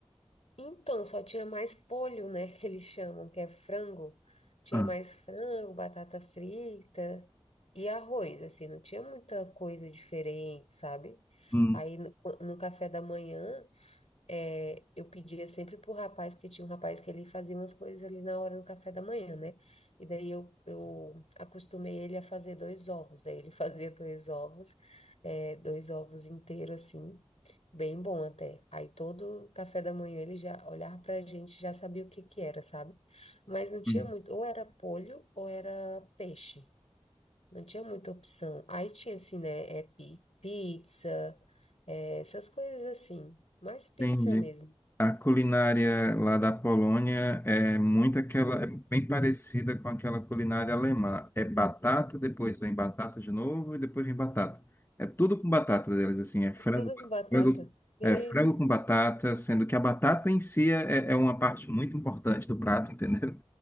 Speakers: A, on the left; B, on the left.
A: Então, só tinha mais polho, né, <laughs> que eles chamam, que é frango. Tinha
B: Ah,
A: mais frango, batata frita e arroz, assim, não tinha muita coisa diferente, sabe?
B: hum,
A: Aí no, no café da manhã. É, eu pedia sempre pro rapaz, porque tinha um rapaz que ele fazia umas coisas ali na hora do café da manhã, né? E daí eu, eu acostumei ele a fazer dois ovos. Daí ele <laughs> fazia dois ovos, é, dois ovos inteiros assim, bem bom até. Aí todo café da manhã ele já olhava pra gente, e já sabia o que que era, sabe? Mas não tinha
B: hum.
A: muito, ou era polho ou era peixe. Não tinha muita opção. Aí tinha assim, né? É pi- pizza, é, essas coisas assim. Mais pizza
B: Entendi.
A: mesmo.
B: A culinária lá da Polônia é muito aquela, é bem parecida com aquela culinária alemã. É batata, depois vem batata de novo e depois vem batata. É tudo com batata deles, assim, é frango,
A: É tudo com batata?
B: frango,
A: E,
B: é frango com batata, sendo que a batata em si é, é é uma parte muito importante do prato, <laughs> entendeu?